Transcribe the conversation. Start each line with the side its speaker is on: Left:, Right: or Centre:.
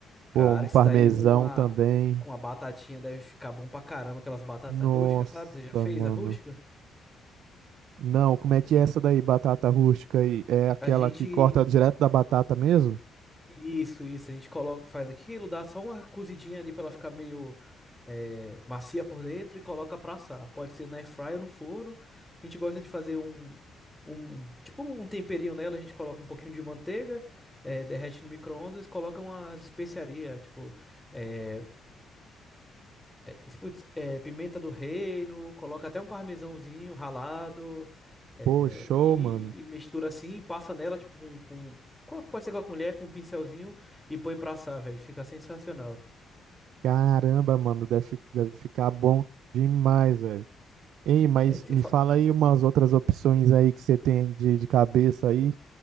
Centre: Cara,
Right: pô, um
Centre: isso
Right: parmesão
Centre: daí com a,
Right: também.
Centre: com a batatinha deve ficar bom pra caramba. Aquelas batatas
Right: Nossa,
Centre: rústicas, sabe? Você já fez
Right: mano.
Centre: a rústica?
Right: Não, como é que
Centre: A gente.
Right: é essa daí, batata rústica aí? É aquela
Centre: A gente
Right: que corta direto da batata mesmo?
Centre: Isso, isso. A gente coloca, faz aquilo, dá só uma cozidinha ali pra ela ficar meio é, macia por dentro e coloca pra assar. Pode ser na air fryer ou no forno. A gente gosta de fazer um, um tipo um temperinho nela. A gente coloca um pouquinho de manteiga, é, derrete no micro-ondas, coloca umas especiarias, tipo eh, é, putz, é, pimenta do reino, coloca até um parmesãozinho ralado é,
Right: Pô, show,
Centre: e,
Right: mano.
Centre: e mistura assim, e passa nela, tipo, com, com- com a- pode ser com a colher, com um pincelzinho e põe pra assar, velho. Fica sensacional.
Right: Caramba, mano, deve, fi- deve ficar bom demais, velho. Ei, mas
Centre: Aí você
Right: me
Centre: fala,
Right: fala aí umas outras opções aí que você tem de, de cabeça aí,